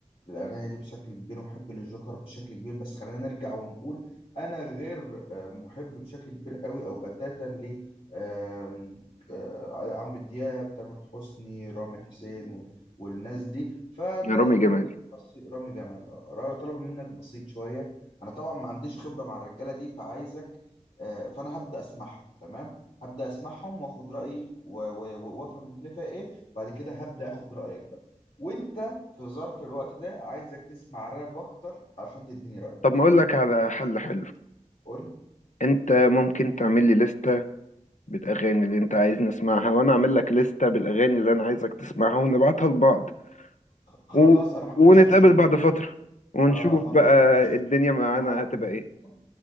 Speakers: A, on the left (about 55°); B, on the left (about 75°).
A: الأغاني دي بشكل كبير ومحب للجوكر بشكل كبير بس خلينا نرجع ونقول أنا غير آه، محب بشكل كبير قوي أو بتاتا ل آم، آه، عمرو دياب تامر حسني رامي حسين وال- والناس دي فطلبي
B: يا رامي
A: منك
B: جمال
A: بسيط رامي جمال آه، را- طلبي منك بسيط شوية أنا طبعا ما عنديش خبرة مع الرجالة دي فعايزك آه، فأنا هبدأ أسمعهم تمام هبدأ أسمعهم وآخد رأيك و- و- وأفهم الدنيا فيها إيه بعد كده هبدأ آخد رأيك بقى وأنت في ظرف الوقت ده عايزك تسمع راب اكتر عشان تديني رأيك
B: طب ما أقول لك على حل حلو
A: قول لي.
B: أنت ممكن تعمل لي لستة بالأغاني اللي أنت عايز نسمعها وأنا أعمل لك لستة بالأغاني اللي أنا عايزك تسمعها ونبعتها لبعض
A: خلاص
B: و...
A: انا ما
B: ونتقابل
A: عنديش مشكلة
B: بعد فترة ونشوف
A: اه خلاص
B: بقى
A: ما عنديش مشكلة
B: الدنيا معانا
A: هعمل
B: هتبقى
A: الليستة
B: ايه